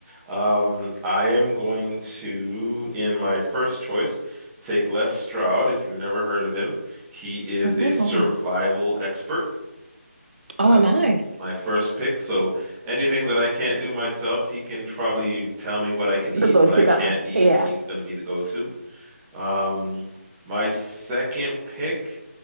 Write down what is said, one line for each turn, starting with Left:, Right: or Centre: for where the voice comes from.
Centre: Um, I am going to, in my first choice, take Les Stroud, if you've never heard of him. He is
Right: Oh,
Centre: a survival expert.
Right: oh,
Centre: That's
Right: nice.
Centre: my first pick. So anything that I can't do myself, he can probably tell me what I can eat,
Right: The go-to
Centre: what I can't
Right: guy.
Centre: eat.
Right: Yeah.
Centre: He's going to be the go-to. Um, my second pick,